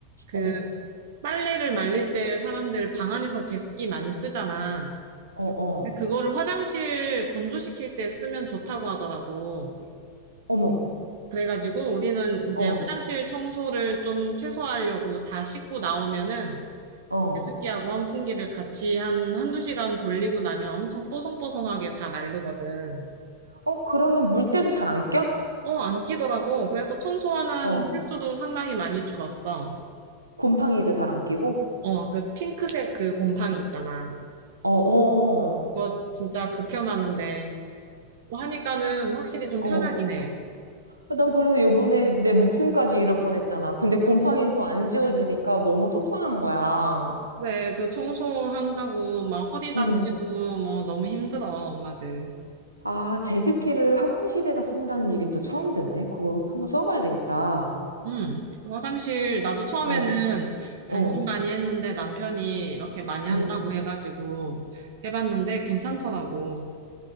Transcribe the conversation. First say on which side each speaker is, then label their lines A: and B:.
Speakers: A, on the right; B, on the right.
A: 그
B: 어,
A: 빨래를 말릴 때 사람들 방 안에서 제습기 많이 쓰잖아.
B: 어, 어.
A: 근데 그거를 화장실 건조시킬 때 쓰면 좋다고 하더라고.
B: 어머,
A: 그래가지고 우리는 이제
B: 어,
A: 화장실 청소를 좀 최소화하려고 다 씻고 나오면은
B: 어.
A: 제습기하고 환풍기를 같이 한 한두 시간 돌리고 나면 엄청 뽀송뽀송하게 다 마르거든.
B: 어, 그러면 물때도 잘 안 껴?
A: 어, 안 끼더라고. 그래서 청소하는
B: 어.
A: 횟수도 상당히 많이 줄었어.
B: 곰팡이도 잘 안 끼고?
A: 어, 그 핑크색 그 곰팡이 있잖아.
B: 어, 어,
A: 그거 진짜 극혐하는데 뭐 하니까는 확실히 좀
B: 어.
A: 편하긴
B: 어.
A: 해.
B: 난 그래도 요번에 내 목숨까지 잃을 뻔했잖아. 근데 곰팡이는 또 안 지워지니까 너무 속상한 거야.
A: 그래, 그 청소한다고 막 허리 다치고
B: 음.
A: 뭐 너무 힘들어, 엄마들.
B: 아, 제습기를 화장실에다 쓴다는 얘기는 또 처음 듣네. 그거 한번 써봐야 되겠다.
A: 음, 그 화장실 나도 처음에는
B: 어,
A: 반신반의
B: 어,
A: 했는데 남편이 이렇게 많이
B: 음.
A: 한다고 해가지고 해봤는데 괜찮더라고.